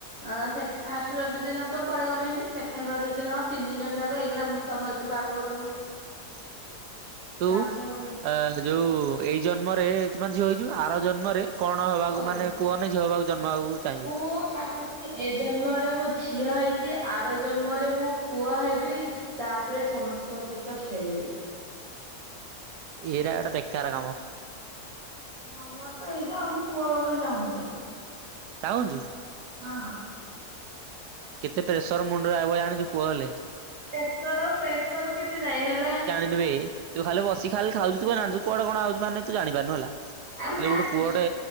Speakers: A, on the right; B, on the right.
A: ଆଁ ସେ ଫାଷ୍ଟ ରଜ ଦିନ ତ କୁଆଡେ ଗଲେନି ସେକେଣ୍ଡ ରଜ ଦିନ ତିନି ଜଣ ଯାକ ହେଇକିନା ମୁସ୍ <unintelligible> ଗଲୁ।
B: <inaudible> ତୁ
A: ତାପରେ
B: ଅଁ ଯୋଉ ଏଇ ଜନ୍ମରେ ତୁ ମାନେ ଝିଅ ହେଇଚୁ ଆର ଜନ୍ମରେ କଣ ହବାକୁ
A: ପୁଅ ହେବେ
B: ମାନେ ପୁଅ ନା ଝିଅ ହବାକୁ ଜନ୍ମ ହବାକୁ ଚାହିଁବୁ
A: ମୁଁ ଚାହୁଁଛି ଏ ଜନ୍ମରେ ମୁଁ ଝିଅ ହେଇଚି ଆର ଜନ୍ମରେ ମୁଁ ପୁଅ ହେବି। ତାପେରେ ସମଙ୍କ ସହିତ ଖେଳିବି।
B: ଏରା ଗୋଟେ ବେକାର କାମ।
A: ହଁ ମୋରୋ ତ ଏଇଡ଼ା ଆଉ, ମୁଁ ପୁଅ ହବା ପାଇଁ ଚାହୁଁଛି।
B: ଚାହୁଁଚୁ।
A: ହଁ ହଁ।
B: କେତେ ପ୍ରେସର ମୁଣ୍ଡ ରେ ଆଇବ ଜାଣିଚୁ ପୁଅ ହେଲେ
A: ପ୍ରେସର ପ୍ରେସର କିଛି ନାହିଁ ହେଲେ
B: ଲେ ବି ତୁ ଖାଲି ବସିକି ଖାଲି ଖାଉଚୁ ତୁ କଣ ଜାଣିଚୁ କୁଆଡ଼େ କଣ ଆଉଚି ମାନେ ତୁ ଜାଣିପାରୁନୁ ହେଲା।
A: ଆରେ
B: ହେଲେ
A: ମୁଁ ଜାଣିଚି
B: ଗୋଟେ ପୁଅଟେ
A: ଝି